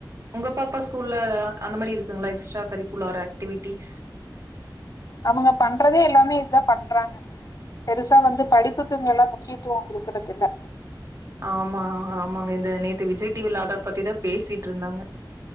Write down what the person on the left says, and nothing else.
அவங்க பண்றதே எல்லாமே இதுதா பண்றாங்க பெருசா வந்து படிப்புக்குங்கல்லாம் முக்கியத்துவோ குடு க்கறதுல்ல